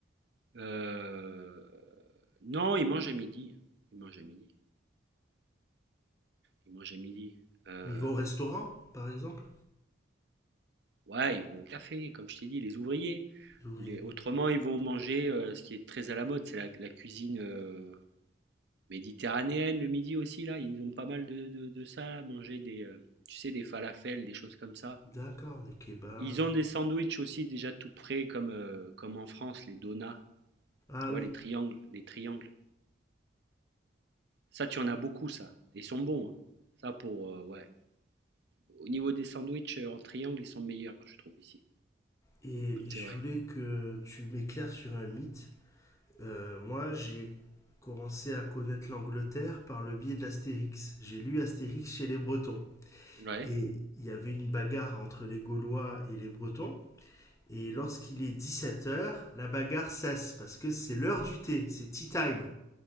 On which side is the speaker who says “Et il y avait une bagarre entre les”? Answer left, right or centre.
Left